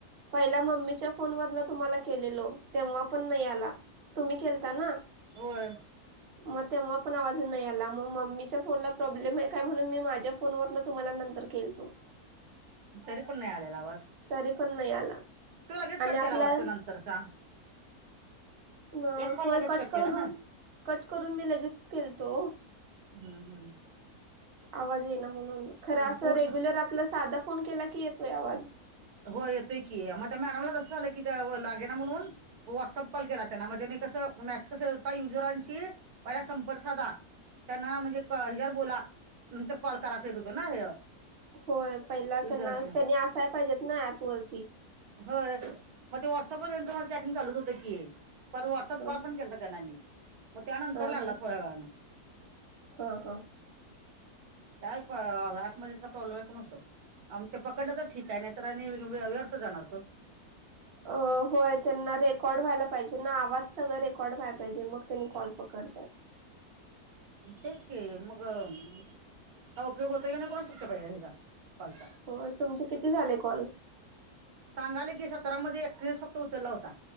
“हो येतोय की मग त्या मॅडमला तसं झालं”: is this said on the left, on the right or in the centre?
Right